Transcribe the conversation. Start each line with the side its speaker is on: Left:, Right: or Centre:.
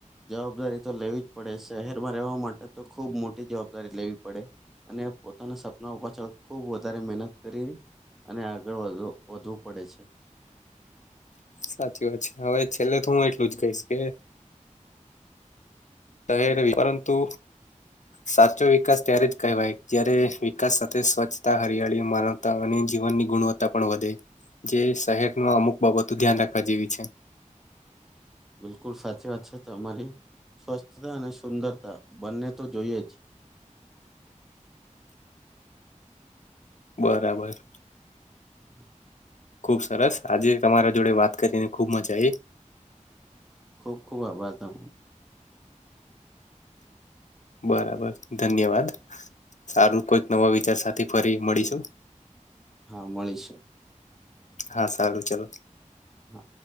Centre: જવાબદારી તો લેવી જ પડે. શહેરમાં રહેવા માટે તો ખુબ મોટી જવાબદારી લેવી પડે. અને પોતાના સપના પાછળ ખુબ વધારે મહેનત કરી, અને આગળ વધો વધવું પડે છે.
Left: સાચી વાત છે. હવે છેલ્લે તો હું એટલું જ કહીશ. કે, રહે પરંતુ, સાચો વિકાસ ત્યારે જ કહેવાય. જ્યારે વિકાસ સાથે સ્વચ્છતા, હરિયાળી માનવ. તા અને જીવનની ગુણવત્તા પણ વધે. જે શહેરની અમુક બાબતો ધ્યાન રાખવા જેવી છે.
Centre: બિલકુલ સાચી વાત છે, તમારી સ્વચ્છતા અને સુંદરતા બંને તો જોઈએ જ.
Left: બરાબર.
Centre: હમ
Left: ખુબ સરસ આજે તમારા જોડે વાત કરીને ખુબ મજા આવી.
Centre: ખૂબ ખૂબ આભાર તમારો.
Left: બરાબર ધન્યવાદ! સારું કોઈક નવા વિચાર સાથે ફરી મળીશું.
Centre: હા મળીશું.
Left: હા, સારું ચાલો.
Centre: હા